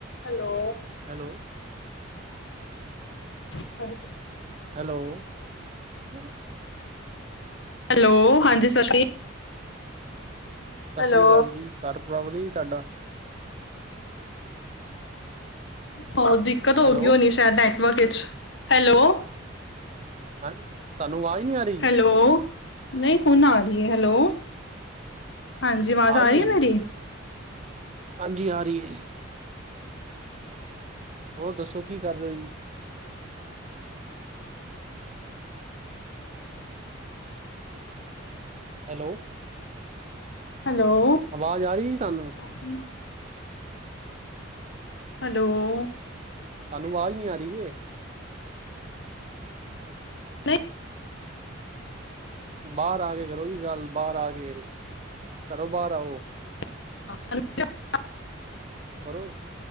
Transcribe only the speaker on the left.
Hello!
Hello ਜੀ।
Hello! ਹਾਂਜੀ! ਸਸਰੀ
ਹੈਲੋ
ਹੋਰ! ਦਿੱਕਤ ਹੋਗੀ
ਹੋਣੀ ਸ਼ੈਦ ਨੈਟਵਰਕ ਇਚ ਹੈਲੋ!
ਹੈਲੋ! ਨਈ ਹੁਣ ਆ ਰੀ ਐ। ਹੈਲੋ! ਹਾਂਜੀ! ਵਾਜ਼ ਆ
ਰੀ ਏ
ਮੇਰੀ।
ਹੈਲੋ!
<unintelligible> ਹੈਲੋ!
ਨਹੀਂ
<unintelligible>